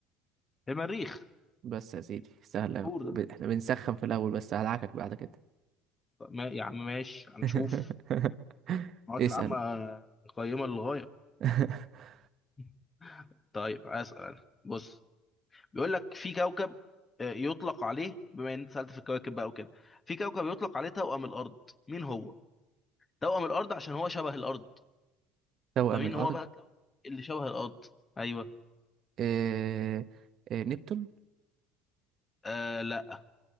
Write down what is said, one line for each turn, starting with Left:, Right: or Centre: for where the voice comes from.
Left: المريخ
Right: بس يا سيدي سهل أوي
Left: كور ده
Right: ب- إحنا بنسخن في الأول بس هدعكك بعد كده
Left: طب ما يا عم ماشي هنشوف
Right: <laughs>
Left: المعلومات
Right: اسأل
Left: العامه قيمه للغايه
Right: <laughs>
Left: <laughs> طيب اسال انا بص بيقول لك في كوكب آه، يطلق عليه بما ان انت سالت في الكواكب بقى وكده في كوكب يطلق عليه توأم الارض مين هو توأم الارض عشان هو شبه الارض
Right: توأم
Left: فمين
Right: الأرض
Left: هو بقى الكوكب اللي شبه الارض ايوه
Right: آه آه نبتون
Left: آه لا